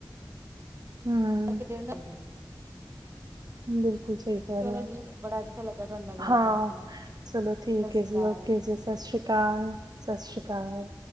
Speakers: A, on the right (about 60°); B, on the right (about 35°).
A: ਹੂੰ
B: ਕਰਕੇ ਦੇਣਾ <unintelligible> ਰੈਂਦਾ
A: ਬਿਲਕੁਲ ਸਹੀ ਕਹਿ
B: ਚਲੋ
A: ਰਏ ਓ
B: ਜੀ ਬੜਾ ਅੱਛਾ ਲੱਗਾ ਤੁਹਾਡੇ ਨਾਲ ਗੱਲ
A: ਹਾਂ
B: ਕਰਕੇ
A: ਚਲੋ। ਠੀਕ
B: ਸਤਿ
A: ਏ
B: ਸ਼੍ਰੀ
A: ਜੀ
B: ਅਕਾਲ
A: ਓਕੇ ਜੀ ਸਤਿ ਸ਼੍ਰੀ ਅਕਾਲ ਸਤਿ ਸ਼੍ਰੀ ਅਕਾਲ